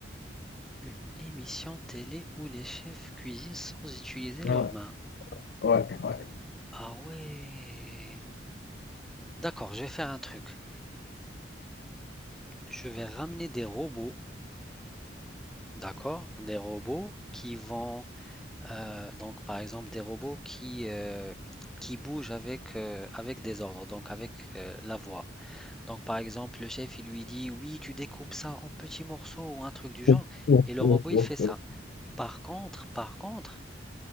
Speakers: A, in the centre; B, on the left (about 55°).
A: Une émission télé où les chefs cuisinent sans utiliser leurs
B: Ouais,
A: mains.
B: ouais, ouais.
A: Ah ouais. D'accord, je vais faire un truc. Je vais ramener des robots, d'accord? Des robots qui vont, euh, donc par exemple des robots qui, euh, qui bougent avec, euh, avec des ordres, donc avec euh, la voix. Donc, par exemple, le chef, il lui dit, oui, tu découpes ça en petits morceaux ou un truc du genre,
B: Ouf, ouf,
A: et le robot,
B: ouf,
A: il
B: ouf,
A: fait ça.
B: ouf.
A: Par contre, par contre,